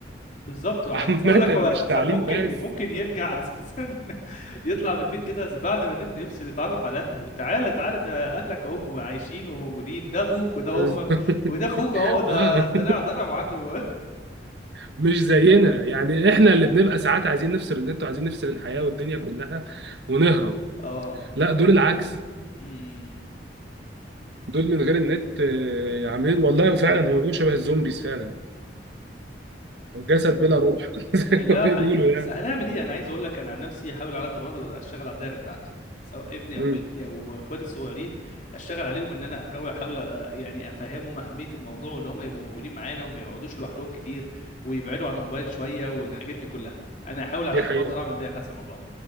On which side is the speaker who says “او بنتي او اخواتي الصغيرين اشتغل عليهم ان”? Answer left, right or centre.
Left